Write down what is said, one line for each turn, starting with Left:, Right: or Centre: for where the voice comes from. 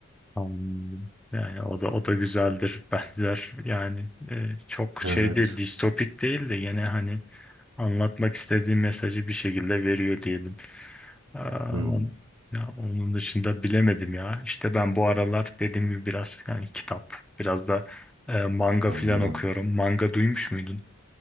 Centre: Anladım. Yani o da o da güzeldir <laughs> benzer yani e, çok
Right: Evet.
Centre: şey değil distopik değil de gene hani anlatmak istediği mesajı bir şekilde veriyor diyelim. Aa,
Right: Hmm,
Centre: on- ya onun dışında bilemedim ya. İşte ben bu aralar dediğim gibi biraz yani kitap, biraz da e, manga
Right: anladım.
Centre: filan okuyorum. Manga duymuş muydun?